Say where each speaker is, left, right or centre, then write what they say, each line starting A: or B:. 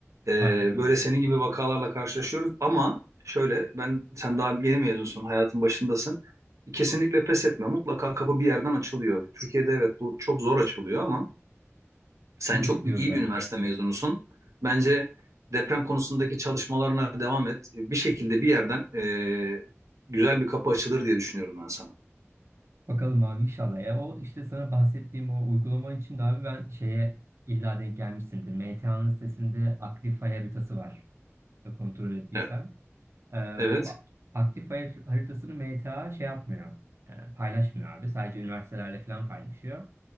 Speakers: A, on the right; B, on the right.
A: Ee,
B: Aynen öyle.
A: böyle senin gibi vakalarla karşılaşıyoruz ama şöyle ben sen daha yeni mezunsun, hayatın başındasın. Kesinlikle pes etme. Mutlaka kapı bir yerden açılıyor. Türkiye'de evet bu çok zor açılıyor ama sen
B: Nasip
A: çok
B: diyoruz
A: bir- iyi
B: abi.
A: bir üniversite mezunusun. Bence deprem konusundaki çalışmalarına devam et. Bir şekilde bir yerden e, güzel bir kapı açılır diye düşünüyorum ben sana.
B: Bakalım abi inşallah. Ya o işte sana bahsettiğim o uygulama için de abi ben şeye illa denk gelmişsindir. MTA'nın sitesinde aktif fay haritası var. Kontrol ettiysen.
A: Evet.
B: Ee,
A: Evet.
B: bu aktif fay haritasını MTA şey yapmıyor. Yani paylaşmıyor abi. Sadece üniversitelerle falan paylaşıyor.